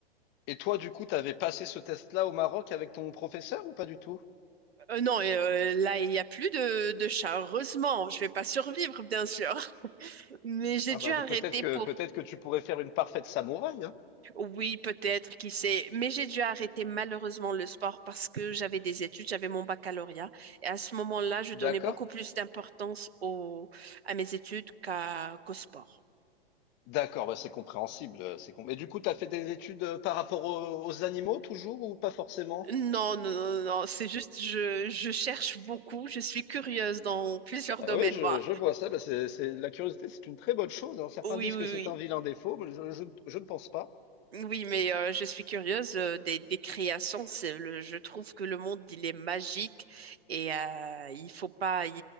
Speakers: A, on the left; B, on the right.
A: Et toi, du coup, t'avais passé ce test-là au Maroc avec ton professeur ou pas du tout?
B: Euh, non, et, euh, là, il n'y a plus de, de chat, heureusement, je vais pas survivre, bien sûr. <laughs> Mais j'ai
A: Ah
B: dû
A: bah
B: arrêter
A: c'est peut-être que
B: pour
A: peut-être que tu pourrais faire une parfaite samouraï, hein.
B: Oui, peut-être, qui sait. Mais j'ai dû arrêter malheureusement le sport parce que j'avais des études, j'avais mon baccalauréat. Et à ce moment-là, je donnais
A: D'accord?
B: beaucoup plus d'importance au, à mes études qu'à, qu'au sport.
A: D'accord, bah c'est compréhensible. euh, C'est com- Et du coup, t'as fait des études euh, par rapport aux, aux animaux toujours ou pas forcément?
B: Non, non, non, non, c'est juste, je, je cherche beaucoup, je suis curieuse dans plusieurs
A: Ah
B: domaines,
A: oui, je,
B: moi.
A: je vois ça. Bah, c'est, c'est- la curiosité, c'est une très bonne chose. hein. Certains
B: Oui,
A: disent
B: oui,
A: que c'est
B: oui.
A: un vilain défaut, mais je je- je ne pense pas.
B: Oui, mais euh, je suis curieuse euh, des, des créations. C'est le, je trouve que le monde il est magique et euh, il faut pas il,